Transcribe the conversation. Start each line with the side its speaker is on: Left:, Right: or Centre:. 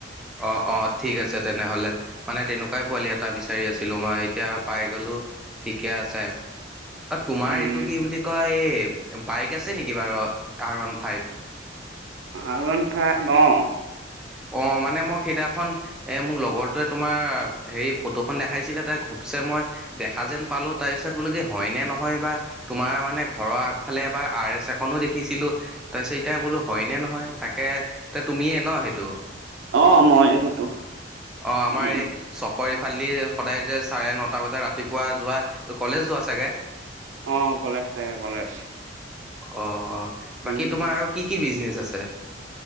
Centre: অঁ অঁ ঠিক আছে তেনেহলে মানে তেনেকুৱাই পোৱালি এটা বিচাৰি আছিলো, মই এতিয়া পাই গলো ঠিকে আছে <inaudible> অঁ তোমাৰ
Right: উম
Centre: এইটো কি বুলি কয় এই বাইক আছে নেকি বাৰু R one five
Right: R one five অঁ।
Centre: অ মানে মই সেইদিনাখন এ মোক লগৰটোৱে তোমাৰ হেৰি ফটোখন দেখাইছিলে ত ঘ চে মই দেখা যেন পালো তাৰপিছত বোলো কি হয় নে নহয় বা। তোমাৰ মানে ঘৰৰ আগফালে এবাৰ আৰ এছ এখনো দেখিছিলোঁ তাৰপিছত এতিয়া বোলো হয়নে নহয়। তাকে এ তুমিয়ে ন সেইটো।
Right: অ মই সেইটো
Centre: অ আমাৰ
Right: উম
Centre: এই চকৰ এই খালি সদায় যে চাৰে নটা বজাত ৰাতিপুৱা যোৱা কলেজ যোৱা চাগে
Right: অঁ', কলেজ থাকে কলেজ।
Centre: অঁ ', বাকী
Right: উম
Centre: তোমাৰ আৰু কি কি বিজনেচ আছে?